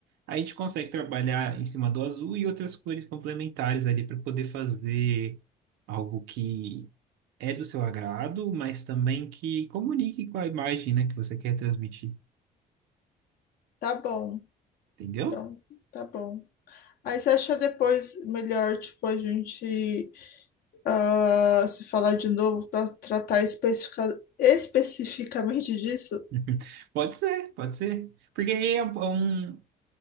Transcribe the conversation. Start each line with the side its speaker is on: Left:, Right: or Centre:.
Right: Aí a gente consegue trabalhar em cima do azul e outras cores complementares ali para poder fazer algo que é do seu agrado, mas também que comunique com a imagem, né, que você quer transmitir,
Left: Tá bom.
Right: entendeu?
Left: Então, tá bom. Aí você acha depois melhor, tipo, a gente ah, se falar de novo para tratar especifica- especificamente disso?
Right: <laughs> Pode ser, pode ser. Porque aí é um, é um